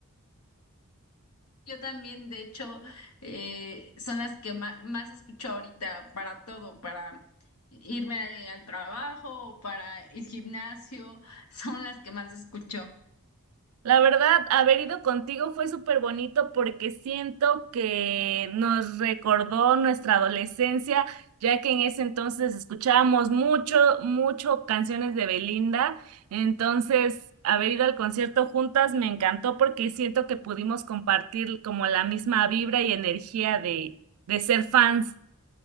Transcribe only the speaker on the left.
Yo también, de hecho, eh, son las que ma- más, escucho ahorita para todo, para irme al trabajo, para el gimnasio, <laughs> son las que más escucho.